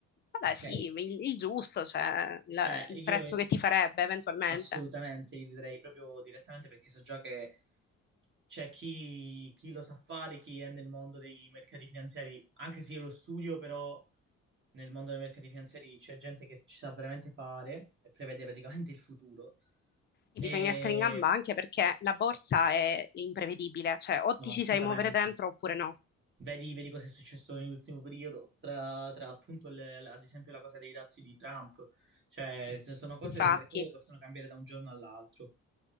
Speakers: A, on the left; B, on the right.
A: vabbè,
B: ok?
A: sì, il, il giusto, cioè la-
B: Cioè,
A: il
B: io
A: prezzo che ti farebbe eventualmente.
B: assolutamente li vedrei proprio direttamente perché so già che c'è chi, chi lo sa fare, chi è nel mondo dei mercati finanziari, anche se io lo studio, però nel mondo dei mercati finanziari c'è gente che ci sa veramente fare e prevede praticamente il futuro.
A: Sì,
B: E
A: bisogna essere in gamba anche perché la borsa è imprevedibile, cioè o
B: no,
A: ti ci
B: assolutamente.
A: sai muovere dentro oppure no.
B: Vedi, vedi cosa è successo nell'ultimo periodo, tra, tra appunto le- la- ad esempio la cosa dei dazi di Trump, cioè ci sono cose
A: Infatti.
B: del mercato che possono cambiare da un giorno all'altro.